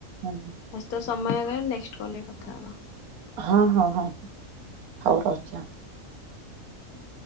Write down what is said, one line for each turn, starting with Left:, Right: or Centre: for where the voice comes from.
Right: ଆଉ।
Left: ଆଜି ତ ସମୟହେଲାଣି ନେକଷ୍ଟ୍ କଲରେ କଥା ହବା ।
Right: ହଁ ହଁ ହଁ ହଉ ରହୁଚି ଆ ।
Left: ହୁଁ।